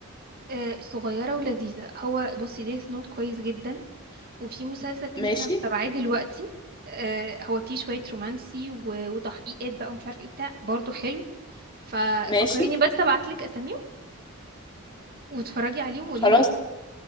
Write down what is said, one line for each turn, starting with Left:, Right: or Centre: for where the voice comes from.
Right: آه صغيرة ولذيذة هو بصي ديث نوت كويس جدا وفي مسلسل تاني
Left: ماشي
Right: انا متابعاه دلوقتي آه هو فيه شوية رومانسي و- وتحقيقات بقى ومش عارف ايه بتاع برضه حلو ففكريني
Left: ماشي
Right: بس ابعتلك اساميهم واتفرجي عليهم وقولي
Left: خلاص